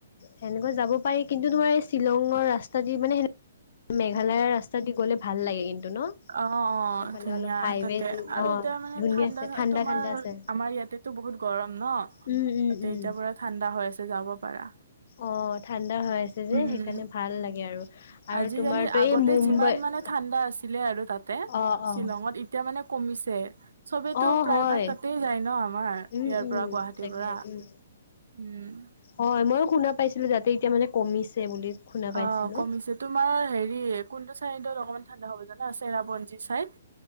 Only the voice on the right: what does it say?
অ'হ, অ'হ
ধুনীয়া
তাতে আৰু
এতিয়া। মানে
ঠাণ্ডা
তোমাৰ
আমাৰ ইয়াতেতো বহুত গৰম ন
ত
এতিয়াৰ পৰা। ঠাণ্ডা হৈ আছে যাব পাৰা।
উম
আজিকালি
আগতে
যিমান মানে ঠাণ্ডা আছিলে আৰু তাতে
শ্বিলঙত, এতিয়া মানে কমিছে। চবতো
প্ৰায়ভাগ
তাতেই যায় ন আমাৰ
ইয়াৰ
পৰা গুৱাহাটীৰ
পৰা।
উম।
অঁ কমিছে তোমাৰ হেৰি কোনটো চাইডত অকমান ঠাণ্ডা হ'ব জানা চেৰাপঞ্জী চাইদ।